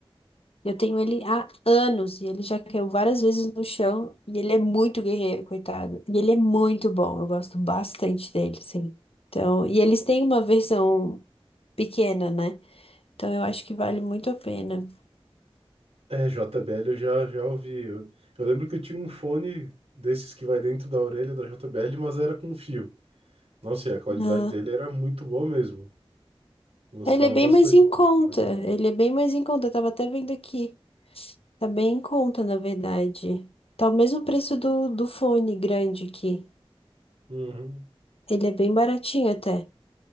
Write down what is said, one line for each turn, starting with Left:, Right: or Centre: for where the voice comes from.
Left: Eu tenho ele há anos e ele já caiu várias vezes no chão e ele é muito guerreiro, coitado. E ele é muito bom, eu gosto bastante dele, sim. Então, e eles têm uma versão pequena, né? Então eu acho que vale muito a pena.
Right: É, JBL eu já, já ouvi. Eu, eu lembro que eu tinha um fone desses que vai dentro da orelha da JBL, mas era com fio. Nossa, e a qualidade
Left: Ah,
Right: dele era muito boa mesmo. Gostava
Left: ele é bem
Right: bastante
Left: mais em
Right: aquele
Left: conta,
Right: fone.
Left: ele é bem mais em conta. Eu tava até vendo aqui, tá bem em conta, na verdade. Tá o mesmo preço do, do fone grande aqui.
Right: Uhum.
Left: Ele é bem baratinho até.